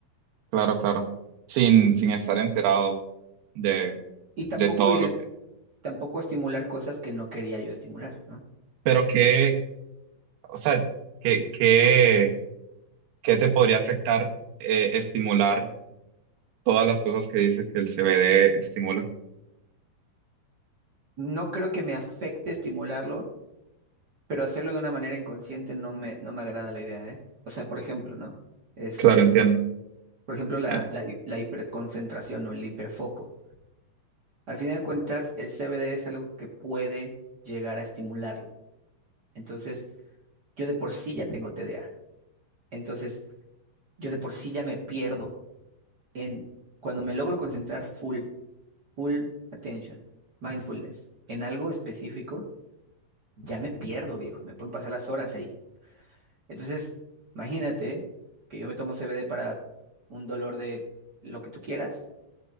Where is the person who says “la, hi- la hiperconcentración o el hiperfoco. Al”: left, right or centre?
Right